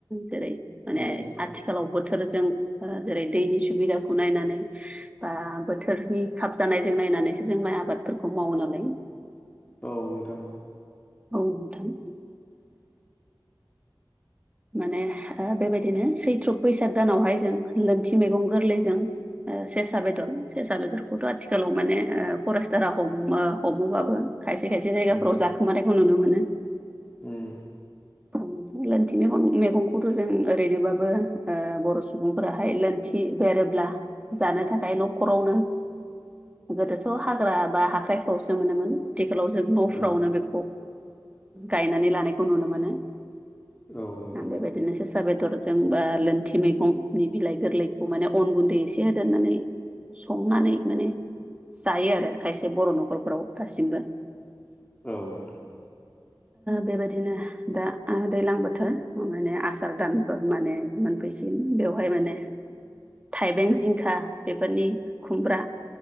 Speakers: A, on the right; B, on the left.
A: जेरै माने
B: उम
A: आथिखालाव बोथोरजों जेरै दैनि सुबिदाखौ नायनानै बा बोथोरनि खाब जानायजों नायनानैसो जों माइ आबादफोरखौ मावो नालाय
B: औ नोंथां
A: औ नोंथां माने बेबायदिनो सैथ्र' बैसाग दानावहाय जों लोनथि मैगं गोरलैजों सेसा बेदर सेेरसा बेदरखौथ' आथिखालाव माने फरायेस्टारा हमो हमोबाबो खायसे खायसे जायगाफोराव
B: उम
A: जाखोमानायखौ नुनो मोनो
B: उम
A: <unintelligible> थि मग मैगंखौथ' जों ओरैनोबाबो बर' सुबुंफोराहाय लोनथि बेरोब्ला जानो थाखाय न'खरावनो गोदोथ' हाग्रा बा हाख्राइफ्रावसो मोनोमोन आथिखालाव जों न'फ्रावनो
B: उम
A: बेखौ गायनानै लानायखौ नुनो मोनो
B: औ नोंथां
A: बेबायदिनो ससाा बेदरजों बा लोनथि मैगंनि बिलाइ गोरलैखौ माने अन गुन्दै एसे होदेरनानै संनानै माने जायो आरो खायसे बर' न'खरफ्राव दासिमबो
B: औ नोंथां
A: बेबायदिनो दा दैज्लां बोथोर माने आसार दानफोर माने मोनफैसिगन बेवहाय माने थाइबें जिंखा बेफोरनि खुमब्रा